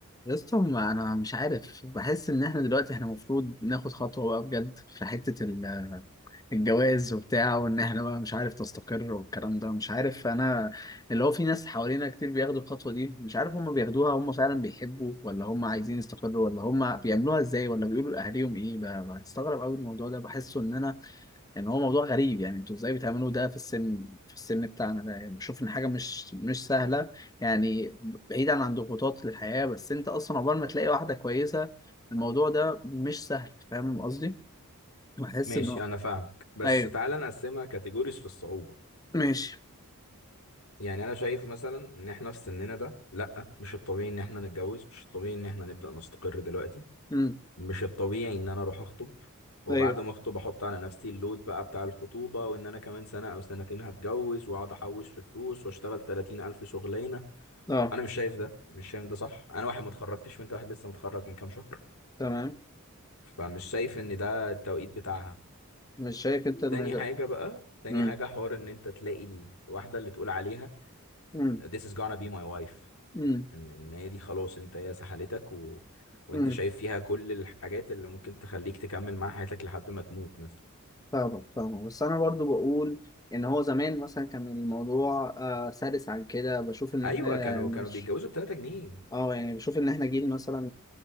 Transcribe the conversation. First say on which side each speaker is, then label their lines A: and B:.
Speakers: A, on the left; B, on the left.
A: يا اسطى ما انا مش عارف بحس ان احنا دلوقتي احنا المفروض ناخد خطوه بقى بجد في حته ال- الجواز وبتاع وان احنا بقى مش عارف تستقر والكلام ده مش عارف انا اللي هو في ناس حوالينا كتير بياخدوا الخطوه دي مش عارف هم بياخدوها هم فعلا بيحبوا ولا هم عايزين يستقروا ولا هم بيعملوها ازاي ولا بيقولوا لاهاليهم ايه ب- بستغرب قوي الموضوع ده بحسه ان انا يعني هو موضوع غريب يعني انتوا ازاي بتعملوا ده في السن في السن بتاعنا ده يعني بشوف ان حاجه مش مش سهله يعني بعيدا عن ضغوطات الحياه بس انت اصلا عقبال ما تلاقي واحده كويسه الموضوع ده مش سهل فاهم قصدي؟ بحس
B: ماشي
A: ان هو
B: انا فاهمك بس
A: ايوه
B: تعالى نقسمها كاتيجوريز في الصعوبة
A: ماشي
B: يعني انا شايف مثلا ان احنا في سننا ده لا مش الطبيعي ان احنا نتجوز مش الطبيعي ان احنا نبدأ نستقر دلوقتي
A: امم
B: مش الطبيعي ان انا اروح اخطب وبعد
A: ايوه
B: ما اخطب احط على نفسي اللود بقى بتاع الخطوبة وان انا كمان سنة او سنتين هتجوز واقعد احوش في فلوس واشتغل 30 الف شغلانة
A: اه
B: انا مش شايف ده مش شايف ده صح انا واحد ما اتخرجتش وانت واحد لسه متخرج من كام شهر
A: تمام
B: فمش شايف ان ده التوقيت بتاعها
A: مش شايف انت ان
B: تاني
A: ده
B: حاجة بقى تاني
A: امم
B: حاجة حوار ان انت تلاقي الواحدة اللي تقول عليها
A: امم
B: this is gonna be my wife
A: امم
B: ان ان هي دي خلاص انت هي سحلتك و... وانت
A: امم
B: شايف فيها كل الحاجات اللي ممكن تخليك تكمل معاها حياتك لحد ما تموت مثلا
A: فاهمك فاهمك بس انا برضو بقول ان هو زمان مثلا كان الموضوع آه، سلس عن كده بشوف ان
B: ايوه
A: احنا
B: كانوا
A: مش
B: كانوا بيتجوزوا ب 3 جنيه
A: اه يعني بشوف ان احنا جيل مثلا